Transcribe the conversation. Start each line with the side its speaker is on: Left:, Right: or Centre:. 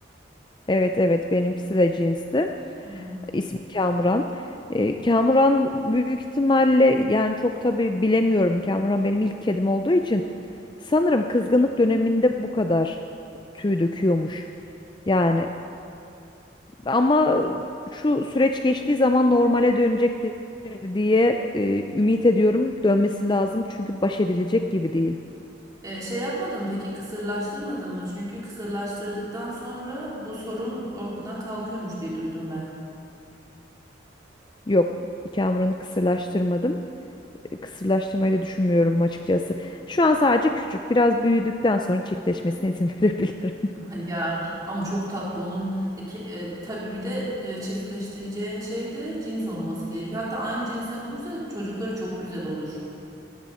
Left: Evet evet benimkisi de cinsti.
Right: Hmm.
Left: ismi Kamuran. E, Kamuran büyük ihtimalle yani çok tabii bilemiyorum. Kamuran benim ilk kedim olduğu için sanırım kızgınlık döneminde bu kadar tüy döküyormuş. Yani ama şu süreç geçtiği zaman normale dönecektir diye e, ümit ediyorum. Dönmesi lazım çünkü baş edilecek gibi değil.
Right: E, şey yapmadın mı peki kısırlaştırmadın mı? Çünkü kısırlaştırdıktan sonra bu sorun ortadan kalkıyormuş diye duydum ben.
Left: Yok, Kamuran'ı kısırlaştırmadım. E, Kısırlaştırmayı da düşünmüyorum açıkçası. Şu an sadece küçük. Biraz büyüdükten sonra çiftleşmesine izin <laughs> verebilirim.
Right: <laughs> Ya ama çok tatlı onun e, ke- e, tabii bir de e, çiftleştireceğin şey de cins olması gerekiyor. Hatta aynı cinsten olursa çocukları çok güzel olur.